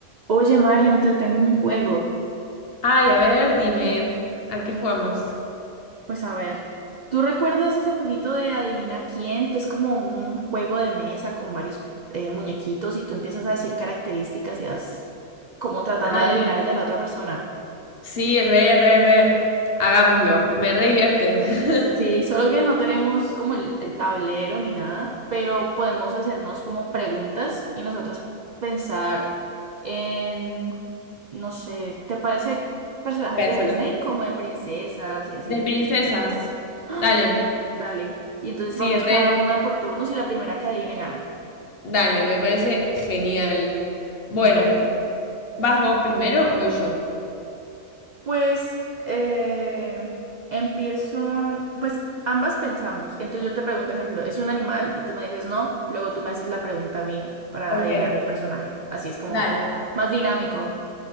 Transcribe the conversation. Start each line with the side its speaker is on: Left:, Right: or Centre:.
Right: Oye, Mariam, te tengo un juego.
Left: Ay, a ver, dime, ¿a qué jugamos?
Right: Pues a ver, ¿tú recuerdas ese jueguito de Adivina quién? Que es como un juego de mesa con varios eh, muñequitos y tú empiezas a decir características y vas como tratando
Left: Ay,
Right: de adivinar el de la otra persona.
Left: sí, re, re, re. Hagámoslo. Me re divierte. <laughs>
Right: Sí, solo que no tenemos como el, el tablero ni nada, pero podemos hacernos como preguntas y nosotros pensar en, no sé, ¿te parece personajes
Left: Personas.
Right: de Disney como de princesas y así?
Left: De princesas.
Right: ¡Ah!
Left: Dale.
Right: Dale. Y entonces
Left: Sí,
Right: vamos
Left: re.
Right: cada una por turnos y la primera que adivine gana.
Left: Dale, me parece genial. Bueno,
Right: Bueno,
Left: ¿vas vos primero o voy yo?
Right: Pues eh, empiezo, pues ambas pensamos. Entonces yo te pregunto, ejemplo, ¿es un animal? Y tú me dices no, luego tú me haces la pregunta a mí para
Left: Ok,
Right: adivinar mi personaje. Así es como
Left: dale.
Right: más dinámico.